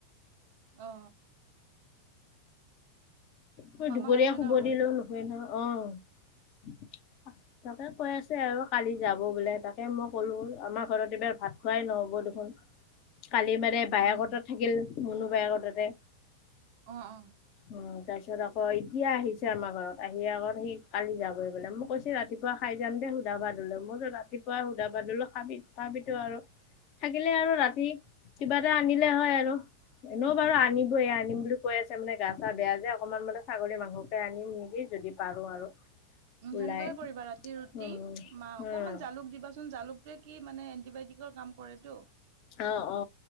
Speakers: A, on the right; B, on the left.
A: অ।
B: মই
A: মামাক
B: দুপৰীয়া
A: আছে
B: শুব
A: ন ঘৰতে
B: দিলো নুশুৱে নহয় অ। তাকে কৈ আছে আৰু কালি যাব বোলে তাকে মই ক'লো আমাৰ ঘৰত এইবাৰ ভাত খোৱাই নহ'ব দেখোন। কালি মানে বায়েকহতত
A: উম
B: থাকিল মুনু বায়েকততে।
A: অ অ।
B: উম তাৰ পিছত আকৌ এতিয়া আহিছে আমাৰ ঘৰত, আহি আকৌ সি কালি যাবই বোলে, মই কৈছ তে ৰাতিপুৱা খাই যাম দে সুধা ভাত হলও, মইতো ৰাতিপুৱা সুধা ভাত হলও খাবি খাবিতো আৰু থাকিলে আৰু ৰাতি কিবা এটা আনিলে হয় আৰু। এনও বাৰু আনিবয়ে, আনিম বুলি কৈ আছে মানে গা চা বেয়া যে অকনমান মানে ছাগলী মাংসকে আনিম নেকি যদি পাৰো আৰু।
A: উম
B: ওলাই
A: সেনেকুৱাই কৰিবা ৰাতি ৰুটি
B: উম
A: মা অকমান
B: উম
A: জালুক দিবাচোন জালুক বোৰে কি মানে এণ্টিবায়টিকৰ কাম কৰেতো
B: অ অ